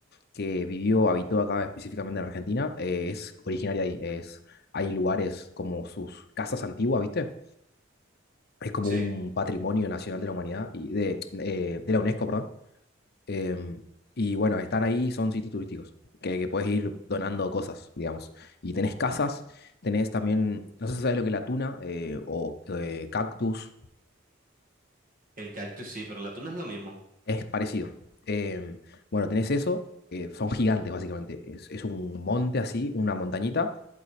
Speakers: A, on the left; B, on the right.
A: que vivió, habitó acá específicamente en Argentina, eh, es originaria de ahí. Es, hay lugares como sus casas antiguas, ¿viste? Es como
B: Sí,
A: un patrimonio nacional de la humanidad y de, eh, de la UNESCO, perdón. Em, y bueno, están ahí, son sitios turísticos, que, que puedes ir donando cosas, digamos. Y tenés casas, tenés también, no sé si sabes lo que es la tuna eh, o eh, cactus,
B: el cactus sí, pero la tuna es lo mismo.
A: es parecido. Em, bueno, tenés eso, eh, son gigantes básicamente, es, es un monte así, una montañita,